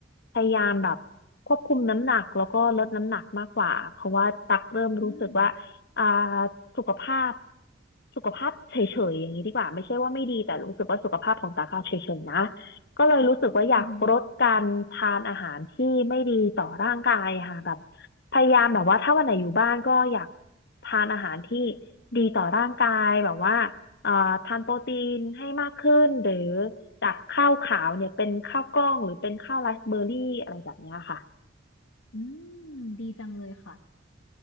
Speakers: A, on the left; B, on the left.
A: พยายามแบบควบคุมน้ำหนักแล้วก็ลดน้ำหนักมากกว่าเพราะว่าตักเริ่มรู้สึกว่า
B: อืม
A: อ่าสุขภาพสุขภาพเฉยๆอย่างนี้ดีกว่าไม่ใช่ว่าไม่ดีแต่รู้สึกว่าสุขภาพของตักอะเฉยๆนะ ก็เลยรู้สึกว่าอยากลดการทานอาหารที่ไม่ดีต่อร่างกายค่ะแบบ
B: อือหือ
A: พยายามแบบว่าถ้าวันไหนอยู่บ้านก็อยากทานอาหารที่ดีต่อร่างกายแบบว่าเอ่อทานโปรตีนให้มากขึ้นหรือจากข้าวขาวเนี่ยเป็นข้าวกล้องหรือเป็นข้าวไรซ์เบอร์รี่อะไรแบบเนี้ยค่ะ
B: อืมดีจังเลยค่ะ